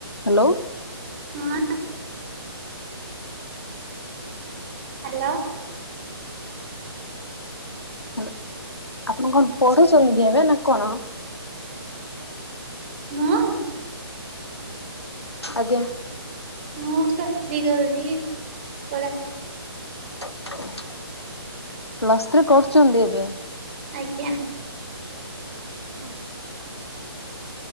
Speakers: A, on the left; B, on the right.
A: ହ୍ୟାଲୋ।
B: ହଁ। ହ୍ୟାଲୋ।
A: ହ୍ୟାଲୋ ଆପଣ କଣ ପଢୁଛନ୍ତି କି ଏବେ ନା କଣ?
B: ମୁଁ।
A: ଆଜ୍ଞା।
B: ମୁଁ ଶସ୍ତ୍ରୀ କରୁଛି ପଡ।
A: ହହ। ପ୍ଲସ୍ ଥ୍ରୀ କରୁଛନ୍ତି ଏବେ
B: ଆଜ୍ଞା।
A: ଓ।